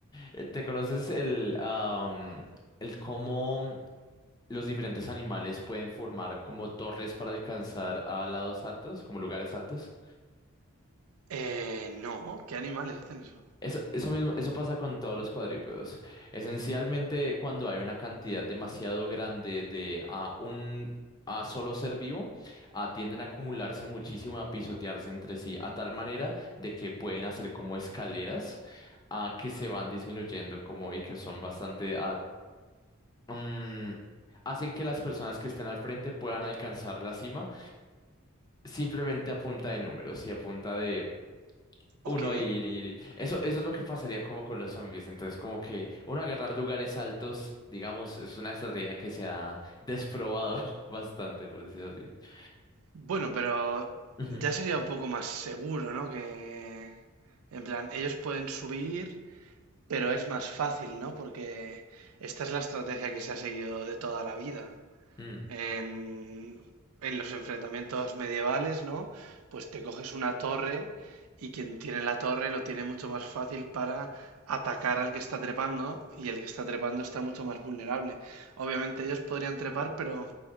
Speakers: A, on the left; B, on the right.
A: Eh, ¿Te conoces el, am, el cómo los diferentes animales pueden formar como torres para alcanzar a lados altos, como lugares altos?
B: Eh, no, ¿qué animales hacen eso?
A: Eso, eso mismo, eso pasa con todos los cuadrúpedos. Esencialmente, cuando hay una cantidad demasiado grande de a un a solo ser vivo, ah, tienden a acumularse muchísimo, a pisotearse entre sí, a tal manera de que pueden hacer como escaleras ah, que se van disminuyendo como y que son bastante ah, mm, hacen que las personas que estén al frente puedan alcanzar la cima simplemente a punta de números y a punta de
B: Ok,
A: uno ir, ir, ir. Eso, eso es lo que pasaría como con los zombies. Entonces, como que uno agarrar lugares altos, digamos, es una estrategia que se ha desprobado <laughs> bastante, por decirlo así.
B: Bueno, pero
A: Ujú.
B: ya sería un poco más seguro, ¿no? Que, en plan, ellos pueden subir, pero es más fácil, ¿no? Porque esta es la estrategia que se ha seguido de toda la vida.
A: Mm.
B: En, en los enfrentamientos medievales, ¿no? Pues te coges una torre y quien tiene la torre lo tiene mucho más fácil para atacar al que está trepando y el que está trepando está mucho más vulnerable. Obviamente ellos podrían trepar, pero